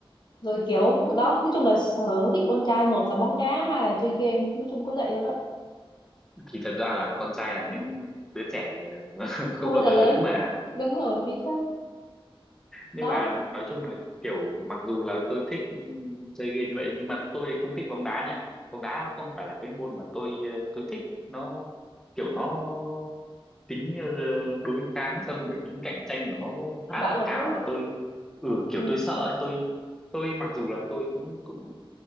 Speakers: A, on the left (about 50°); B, in the centre.
A: rồi kiểu đó nói chung là sở thích con trai một là bóng đá hai là chơi game nói chung có vậy đâu đó
B: thì thật ra là con trai là những đứa trẻ <laughs> không
A: không bao
B: bao
A: giờ
B: giờ
A: lớn
B: lớn mà
A: đúng rồi chính xác
B: nhưng
A: đó
B: mà nói chung là kiểu mặc dù là tôi thích chơi game như vậy nhưng mà tôi lại không thích bóng đá nha bóng đá nó không phải là cái môn mà tôi ờ, tôi thích nó kiểu nó nó nó tính ờ, đối kháng xong rồi tính cạnh tranh của nó khá
A: bạo
B: là
A: lực
B: cao
A: đúng không
B: và tôi ừ kiểu
A: ừ.
B: tôi sợ ấy, tôi tôi mặc dù là tôi cũng cũng